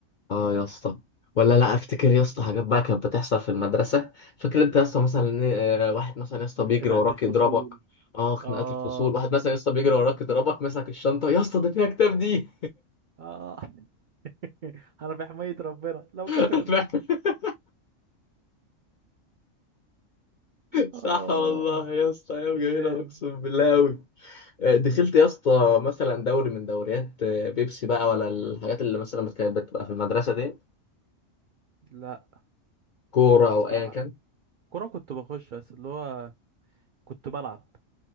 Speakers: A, on the left; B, on the right.
A: اه يا اسطى ولا لا افتكر يا اسطى حاجات بقى كانت بتحصل في المدرسه فاكر انت يا اسطى مثلا إن، آه، واحد مثلا يا اسطى بيجري
B: خناقة
A: وراك
B: الفصول
A: يضربك اه خناقات
B: اه
A: الفصول واحد مثلا يا اسطى بيجري وراك يضربك مسك الشنطه يا اسطى ده فيها كتاب دي
B: اه <laughs> انا بحماية ربنا لو
A: <laughs>
B: كفرت ربي
A: صح
B: اه
A: والله يا اسطى ايام
B: ايام
A: جميله اقسم بالله قوي دخلت يا اسطى مثلا دوري من دوريات آه، بيبسي بقى ولا الحاجات اللي مثلا كانت بتبقى في المدرسه دي
B: لا
A: كوره
B: يعني
A: او
B: بصراحة
A: ايا كان
B: كرة كنت بخش بس اللي هو كنت بلعب